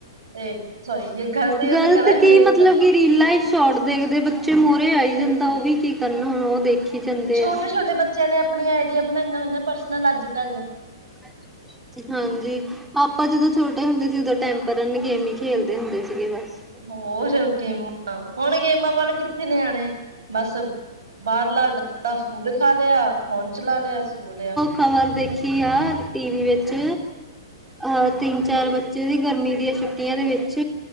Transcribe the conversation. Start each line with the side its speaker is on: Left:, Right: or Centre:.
Right: ਤੇ ਸੋਰੀ ਜੇ ਗਲਤ ਯੂਜ਼
Centre: ਗ਼ਲਤ
Right: ਕਰਾਂਗੇ
Centre: ਕੀ ਮਤਲਬ
Right: ਤਾਂ
Centre: ਕਿ ਰੀਲਾਂ ਈ ਸ਼ੋਟ ਦੇਖਦੇ ਬੱਚੇ ਮੂਰੇ ਆਈ ਜੰਦਾ ਓ ਵੀ ਕੀ ਕਰਨ ਹੁਨ ਓ ਦੇਖੀ ਜਾਂਦੇ
Right: ਛੋਟੇ-ਛੋਟੇ
Centre: ਆ
Right: ਬੱਚੇਆਂ ਨੇ ਆਪਨੀਆਂ ਆਈਡੀਆ ਬਣਾਈਆਂ ਹੋਈਆਂ ਪਰਸਨਲ ਅੱਜ-ਕੱਲ।
Centre: <inaudible> ਹਾਂਜੀ। ਆਪਾਂ ਜਦੋਂ ਛੋਟੇ ਹੁੰਦੇ ਸੀ ਓਦੋਂ ਟੈਂਪਰਨ ਗੇਮ ਈ ਖੇਲਦੇ ਹੁੰਦੇ ਸੀਗੇ ਬਸ।
Right: ਹੋਰ ਗੇਮਾਂ, ਹੁਣ ਗੇਮਾਂ ਵੱਲ ਕਿੱਥੇ ਨਿਆਣੇ ਬਸ ਬਾਰਲਾ ਗੰਦਾ ਫੂਡ ਖਾ ਲਿਆ, ਫੋਨ ਚਲਾ ਲਿਆ, ਸੋ ਲਿਆ।
Centre: ਖਬਰ ਦੇਖੀ ਆ ਟੀ ਵੀ ਵਿੱ ਚ ਅਹ ਤਿੰਨ-ਚਾਰ ਬੱਚੇ ਦੀ ਗਰਮੀਆਂ ਦੀਆਂ ਛੁੱਟੀਆਂ ਦੇ ਵਿੱਚ